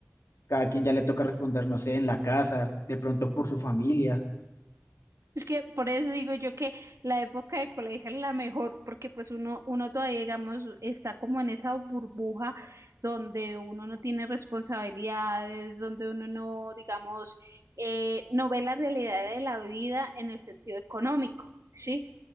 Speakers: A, on the left; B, on the right.
A: cada quien ya le toca responder, no sé, en la casa, de pronto por su familia.
B: Es que por eso digo yo que la época de colegio es la mejor, porque pues uno, uno todavía, digamos, está como en esa burbuja donde uno no tiene responsabilidades, donde uno no, digamos, eh, no ve la realidad de la vida en el sentido económico, ¿sí?